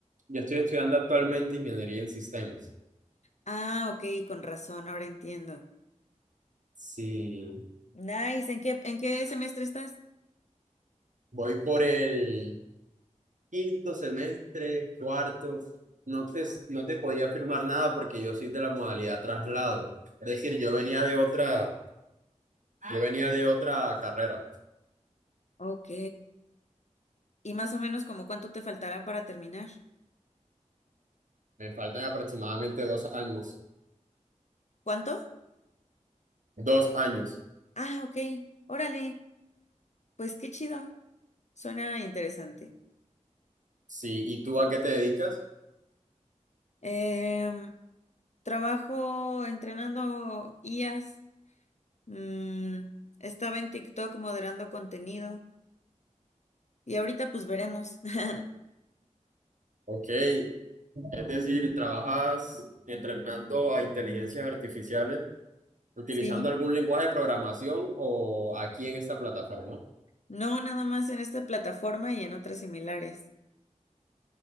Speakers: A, on the right; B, on the left.
A: yo estoy estudiando actualmente ingeniería en sistemas.
B: Ah, ok, con razón, ahora entiendo.
A: Sí,
B: Nice, ¿en qué, en qué semestre estás?
A: voy por el quinto semestre, cuarto. No te, no te podría afirmar nada porque yo soy de la modalidad traslado. Es decir, yo venía de otra, yo venía de otra carrera.
B: Ok. ¿Y más o menos como cuánto te faltará para terminar?
A: Me faltan aproximadamente dos años.
B: ¿Cuánto?
A: Dos años.
B: Ah, ok, órale, pues qué chido, suena interesante.
A: Sí, ¿y tú a qué te dedicas?
B: Em, trabajo entrenando IAs. mm, estaba en TikTok moderando contenido. Y ahorita pues veremos. <laughs>
A: Ok, es decir, trabajas entrenando a inteligencias artificiales utilizando
B: Sí.
A: algún lenguaje de programación o aquí en esta plataforma. Ok,
B: No nada más en esta plataforma y en otras similares.